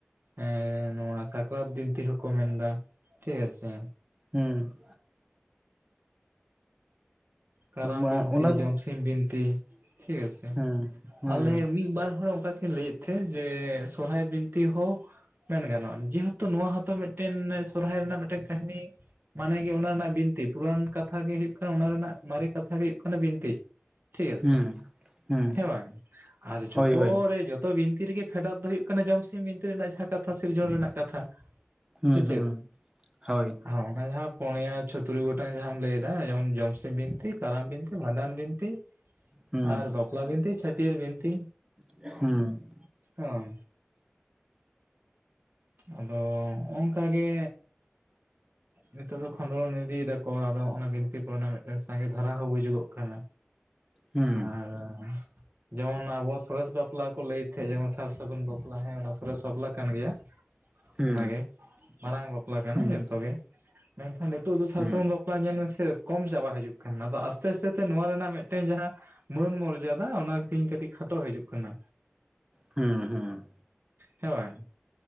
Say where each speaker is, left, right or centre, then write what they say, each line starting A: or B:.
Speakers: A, on the right; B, on the right.
A: ᱮᱸ ᱱᱚᱣᱟ ᱥᱟᱠᱨᱟᱛ ᱵᱤᱱᱛᱤ ᱦᱚᱸᱠᱚ ᱢᱮᱱᱫᱟ ᱴᱷᱤᱠ ᱟᱪᱷᱮ
B: ᱦᱩᱸ
A: ᱠᱟᱨᱟᱢ
B: ᱵᱟ
A: ᱵᱤᱱᱛᱤ,
B: ᱚᱱᱟ
A: ᱡᱚᱢᱥᱤᱢ ᱵᱤᱱᱛᱤ᱾ ᱴᱷᱤᱠ ᱟᱪᱷᱮ
B: ᱦᱩᱸ ᱦᱩᱸ
A: ᱟᱞᱮ ᱢᱤᱫ ᱵᱟᱨ ᱦᱚᱲ ᱚᱱᱠᱟ ᱠᱤᱱ ᱞᱟᱹᱭᱮᱫ ᱛᱮ ᱡᱮ ᱥᱚᱨᱦᱟᱭ ᱵᱤᱱᱛᱤ ᱦᱚ ᱢᱮᱱ ᱜᱟᱱᱚᱜᱼᱟ᱾ ᱡᱮᱦᱮᱛᱩ ᱱᱚᱣᱟ ᱦᱚᱛᱚ ᱢᱤᱫ ᱴᱮᱱ ᱥᱚᱨᱦᱟᱭ ᱨᱮᱱᱟᱜ ᱢᱤᱫ ᱴᱮᱱ ᱠᱟᱹᱦᱱᱤ ᱢᱟᱱᱮ ᱜᱮ ᱚᱱᱟ ᱨᱮᱱᱟᱜ ᱵᱤᱱᱛᱤ ᱯᱩᱨᱟᱹᱱ ᱠᱟᱛᱷᱟ ᱜᱮ ᱦᱳᱭᱳᱜ ᱠᱟᱱᱟ᱾ ᱚᱱᱟ ᱨᱮᱱᱟᱜ ᱢᱟᱨᱮ ᱠᱟᱛᱷᱟ ᱜᱮ ᱦᱳᱭᱳᱜ ᱠᱟᱱᱟ ᱵᱤᱱᱛᱤ᱾ ᱴᱷᱤᱠ ᱟᱪᱷᱮ
B: ᱦᱩᱸ ᱦᱩᱸ
A: ᱦᱮᱸ ᱵᱟᱝ ᱟᱨ ᱡᱚᱛᱚ
B: ᱦᱳᱭ ᱦᱳᱭ
A: ᱨᱮ ᱡᱚ ᱛᱚ ᱵᱤᱱᱛᱤ ᱨᱮᱜᱮ ᱯᱷᱮᱰᱟᱛ ᱫᱚ ᱦᱩᱭᱩᱜ ᱠᱟᱱᱟ᱾ ᱡᱚᱢ ᱥᱤᱢ ᱵᱤᱱᱛᱤ ᱨᱮᱱᱟᱜ ᱡᱟᱸᱦᱟ ᱠᱟᱛᱷᱟ ᱥᱤᱨᱡᱚᱱ ᱨᱮᱱᱟᱜ ᱠᱟᱛᱷᱟ᱾
B: ᱦᱩᱸ
A: ᱥᱮ ᱪᱮᱫ?
B: ᱦᱩᱸ ᱦᱳᱭ
A: ᱟᱨ ᱚᱱᱟ ᱡᱟᱸᱦᱟ ᱯᱳᱱᱭᱟ ᱪᱷᱚ ᱛᱩᱨᱩᱭ ᱜᱚᱴᱟᱝ ᱡᱟᱸᱦᱟᱢ ᱞᱟᱹᱭᱫᱟ ᱡᱮᱢᱚᱱ ᱡᱚᱢᱥᱤᱢ ᱵᱤᱱᱛᱤ, ᱠᱟᱨᱟᱢ ᱵᱤᱱᱛᱤ, ᱵᱷᱟᱸᱰᱟᱱ ᱵᱤᱱᱛᱤ᱾
B: ᱦᱩᱸ
A: ᱟᱨ ᱵᱟᱯᱞᱟ ᱵᱤᱱᱛᱤ, ᱪᱷᱟᱹᱴᱭᱟᱹᱨ ᱵᱤᱱᱛᱤ᱾
B: ᱦᱩᱸ ᱾
A: ᱚᱸ ᱾ ᱟᱫᱚ ᱚᱝᱠᱟᱜᱮ ᱱᱤᱛᱳᱜ ᱫᱚ ᱠᱷᱚᱸᱫᱽᱨᱚᱱ ᱤᱫᱤᱭ ᱫᱟᱠᱚ ᱟᱫᱚ ᱦᱚᱜ ᱚᱱᱟ ᱵᱤᱱᱛᱤ ᱠᱚᱵᱨᱮᱱᱟᱜ ᱢᱤᱫᱴᱮᱱ ᱥᱟᱸᱜᱮ ᱫᱷᱟᱨᱟ ᱦᱚᱸ ᱵᱩᱡᱩ ᱜᱚᱸᱜ ᱠᱟᱱᱟ᱾
B: ᱦᱩᱸ
A: ᱟᱨ ᱡᱮᱢᱚᱱ ᱟᱵᱚᱣᱟᱜ ᱥᱚᱨᱮᱥ ᱵᱟᱯᱞᱟ ᱠᱚ ᱞᱟᱹᱭᱮᱫ ᱛᱟᱦᱮᱸᱫ ᱡᱮᱢᱚᱱ ᱥᱟᱨ ᱥᱟᱹᱜᱩᱱ ᱵᱟᱯᱞᱟ, ᱦᱮᱸ ᱚᱱᱟ ᱥᱚᱨᱮᱥ ᱵᱟᱯᱞᱟ ᱠᱟᱱ ᱜᱮᱭᱟ᱾
B: ᱦᱩᱸ
A: ᱚᱱᱟ ᱜᱮ ᱢᱟᱨᱟᱝ ᱵᱟᱯᱞᱟ ᱠᱟᱱᱟ
B: ᱦᱩᱸ
A: ᱡᱷᱚᱛᱚ ᱜᱮ ᱢᱮᱱᱠᱷᱟᱱ ᱱᱤᱛᱚᱜ ᱫᱚ ᱥᱟᱨ
B: ᱦᱩᱸ
A: ᱥᱟᱹᱜᱩᱱ ᱵᱟᱯ ᱞᱵᱟ ᱧᱮᱞ ᱢᱮᱥᱮ ᱠᱚᱢ ᱪᱟᱵᱟ ᱦᱤᱡᱩᱜ ᱠᱟᱱᱟ᱾ ᱟᱫᱚ ᱟᱥᱛᱮ ᱟᱥᱛᱮ ᱛᱮ ᱱᱚᱣᱟ ᱨᱮᱱᱟᱜ ᱢᱤᱫᱴᱮᱱ ᱡᱟᱸᱦᱟ ᱢᱟᱹᱱ ᱢᱚᱨᱡᱟᱫᱟ ᱚᱱᱟ ᱛᱮᱦᱮᱧ ᱠᱟᱹᱴᱤᱡ ᱠᱷᱟᱴᱚ ᱦᱤᱡᱩᱜ ᱠᱟᱱᱟ᱾
B: ᱦᱩᱸ ᱦᱩᱸ᱾
A: ᱦᱮᱸ ᱵᱟᱝ